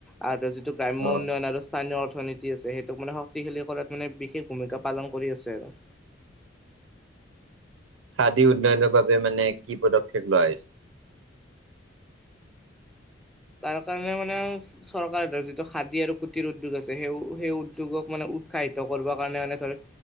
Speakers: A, in the centre; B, on the right.
A: আৰু এটা যদি যিটো গ্ৰাম্য
B: অ',
A: উন্নয়ন আৰু স্থানীয় অৰ্থনীতি আছে সেইটোক মানে শক্তিশালী কৰাত মানে বিশেষ ভূমিকা পালন কৰি আছে আৰু
B: খাদি উন্নয়নৰ বাবে মানে কি পদক্ষেপ লোৱা হৈছে।
A: তাৰ কাৰণে মানে আৰু চৰকাৰে ধৰ যিটো খাদী আৰু কুটিৰ উদ্যোগ আছে সেই সেই উদ্যোগক মানে উৎসাহিত কৰিব কাৰণে মানে ধৰ